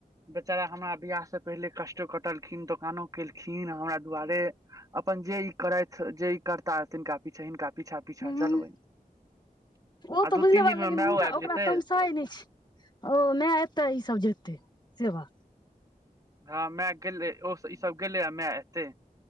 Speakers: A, on the right; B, on the left.
A: बेचारा हमरा बियाहसँ पहिले कष्टो कटलखिन दोकानो केलखिन हमरा दुआरे अपन अपन जे ई करथि जे ई करता रहथिन कपी छन कापी पीछा पीछा
B: हूँ
A: चलबै
B: ओ
A: आ
B: तऽ
A: दू
B: बुझले
A: तीन दिन
B: बात लेकिन
A: मे
B: हुनका
A: मायो आबि
B: ओकरा
A: जेतै
B: तमसाइ नहि छै ओ माय एतै ई सब जेतै सेवा
A: हँ मैं गेलै ओ ईसभ गेलैए मैं एते